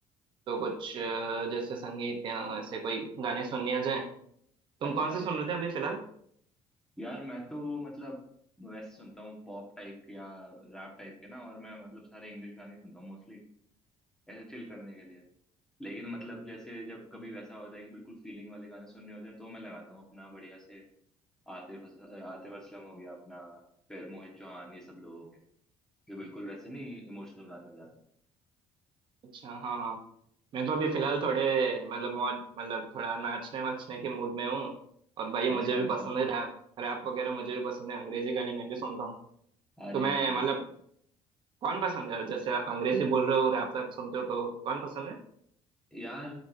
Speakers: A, on the right (about 45°); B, in the centre.
A: तो कुछ अ, जैसे संगीत या ऐसे कोई गाने सुन लिया जाए तुम
B: अच्छा
A: कौन से सुन रहे थे अभी फिलहाल
B: यार मैं तो मतलब वैसे सुनता हूँ पॉप टाइप के या रैप टाइप के ना और मैं मतलब सारे इंग्लिश गाने ही सुनता हूँ मोस्टली ऐसे चिल करने के लिए लेकिन मतलब जैसे जब कभी वैसा होता है कि बिल्कुल फीलिंग वाले गाने सुनने होते हैं तो मैं लगाता हूँ अपना बढ़िया से आतिफ आतिफ असलम हो गया अपना फिर मोहित चौहान ये सब लोगों के ये बिल्कुल वैसे नहीं इमोशनल गाने हो जाते
A: अच्छा हाँ हाँ मैं तो अभी फिलहाल थोड़े मतलब मौज मतलब थोड़ा नाचने वाचने के मूड में हूँ और भाई
B: हैं
A: मुझे
B: अच्छा
A: भी
B: अच्छा
A: पसंद है रैप रैप वगैरह मुझे भी पसंद है अंग्रेजी गाने मैं भी सुनता हूँ
B: अरे
A: तुम्हें
B: बढ़िया
A: मतलब कौन पसंद है जैसे अंग्रेजी बोल रहे हो रैप रैप सुनते हो तो कौन पसंद है
B: यार